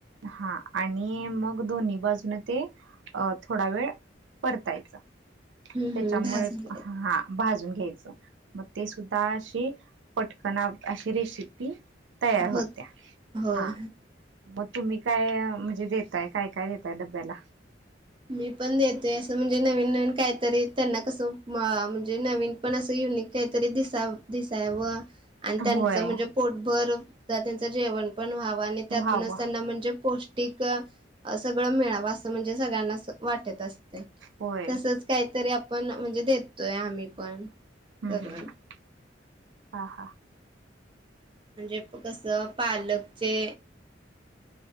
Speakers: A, on the right; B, on the right.
A: हा आणि मग दोन्ही बाजून ते, अ थोडा वेळ. परतायत
B: हम्म
A: त्यांच्यामुळे
B: हम्म दहा झाले
A: हां. भाजून घ्यायचं. मग ते सुद्धा असे पटकन अशी रेसिपी. तयार होत्या
B: होत होय
A: हा. मग तुम्ही काय म्हणजे, देताय काय काय देताय डब्याला.
B: मी पण देते असं म्हणजे, नवीन नवीन काहीतरी त्यांना कसं म्हणजे नवीन. तेन असं युनिक काय तरी दिसा-दिसाव. आणि त्यांच
A: होय
B: म्हणजे, पोटभर त्यांचं जेवण पण व्हावं. आणि त्यातूनच
A: व्हावं.
B: त्यांना म्हणजे पोष्टी ठीक हे सगळं मिळावं असं, म्हणजे सगळ्यांना अस वाटत असतं
A: होय
B: तसच. काहीतरी आपण म्हणजे, देतोय आम्ही पण.
A: हम्म
B: करून
A: हम्म, हा हा..
B: म्हणजे कसं पालकचे.